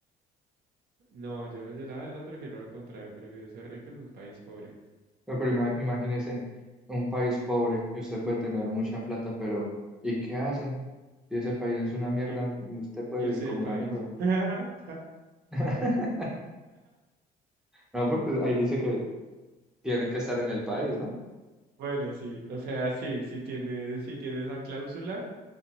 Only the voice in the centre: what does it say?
No, Pero ima- imagínese un país pobre y usted puede tener mucha plata, pero ¿y qué hace? Si ese país es una mierda,
usted puede
vivir como
una mierda.
<laughs> No, porque ahí dice que tiene que estar en el país, ¿no?